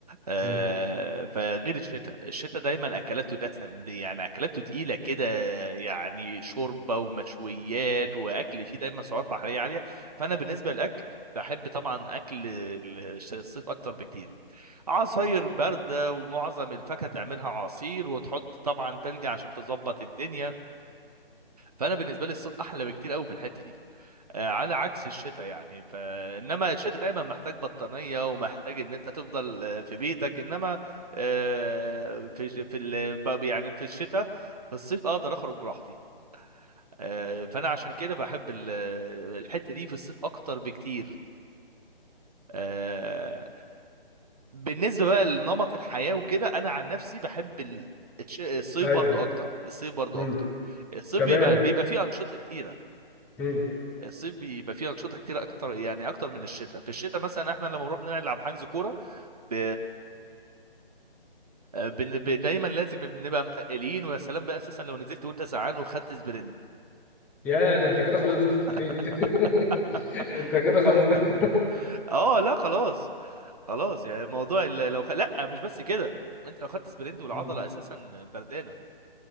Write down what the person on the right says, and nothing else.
آه
فغير الشتاء الشتاء دايما اكلاته دسم دي يعني اكلاته تقيله كده يعني شوربه ومشويات واكل فيه دايما سعرات حراريه عاليه فانا بالنسبه للاكل بحب طبعا اكل ال- الصيف اكتر بكتير عصاير بارده ومعظم الفاكهه تعملها عصير وتحط طبعا تلج عشان تظبط الدنيا فانا بالنسبه لي الصيف احلى بكتير قوي في الحته دي آه، على عكس الشتاء يعني فانما الشتاء دايما محتاج بطانيه ومحتاج ان انت تفضل آه، في بيتك انما آه، في ج- في ال- ب- يعني في الشتاء في الصيف اقدر اخرج براحتي آه، فانا عشان كده بحب ال- الحته دي في الصيف اكتر بكتير آه، بالنسبه بقى لنمط الحياه وكده انا عن نفسي بحب ال- الش- الصيف
برضو اكتر الصيف برضو
اكتر الصيف
بيبقى بيبقى فيه انشطه كتيره
الصيف بيبقى فيه انشطه كتير اكتر يعني اكتر من الشتاء في الشتاء مثلا احنا لما بنروح نلعب حجز كوره ب... آه، بن... ب... دايما لازم بنبقى متقلين ويا سلام بقى اساسا لو نزلت وانت زعان وخدت سبرنت
<laughs>
اه لا خلاص خلاص يعني موضوع ال- لو خ... لا مش بس كده انت لو خدت سبرنت والعضله
اساسا بردانه